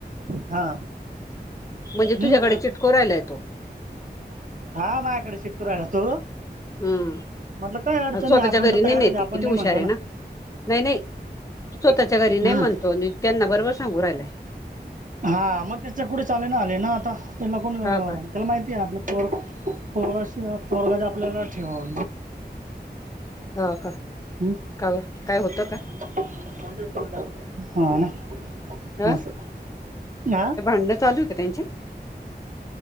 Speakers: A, on the right; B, on the left.
A: हा.
B: म्हणजे
A: हम्म?
B: तुझ्याकडे चिटको राहायला तो.
A: हा, माझ्याकडे चिटकू राहयला तो.
B: हम्म.
A: म्हटलं काय अडचण
B: स्वतःच्या
A: नाही, आपण
B: घरी
A: तर तयारचे
B: नेते
A: आपण
B: किती
A: नाही
B: हुशार
A: म्हणतो
B: आहे
A: ना
B: नाही नाही स्वतःच्या
A: <unintelligible>
B: घरी नाही
A: हम्म.
B: म्हणतो आणि त्यांना बरोबर सांगू राहिलाय.
A: हा, मग त्याच्या कुठे चालेना आले ना आता, त्यांना कोण
B: हा का
A: त्याला माहिती आहे, आपलं पोर पोराशीवाय पोरगं जे आपल्याला ठेव
B: हा का
A: <unintelligible> <unintelligible>
B: का बरं? काय होतं का
A: <unintelligible>
B: हा <unintelligible> चालू आहे का त्यांच?